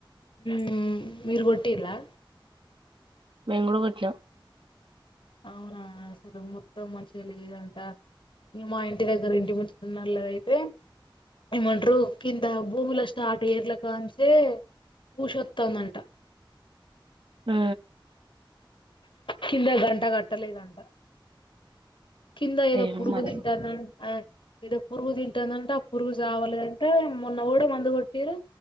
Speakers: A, on the left; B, on the right.
A: హ్మ్ మీరు కొట్టిలా
B: మేము కూడా కొట్టినమ్
A: అవునా అసలు మొత్తం మంచిగాలేదంట మా ఇంటి దగ్గర ఇంటి ఉనోళ్లు అయితే ఏమంటారు కింద భూమిలో స్టార్ట్ ఎర్ల కాంచే ఉషోతాంది అంట
B: ఆ
A: కింద గంట కట్టలేదు అంటా కింద ఏదో
B: ఏమో
A: పురుగు
B: మరి
A: తింటాంది అన్ ఏదో పురుగు తింటాంది అన్ ట పురుగు చావలే అం మొన్న కూడా మందు కొట్టిరు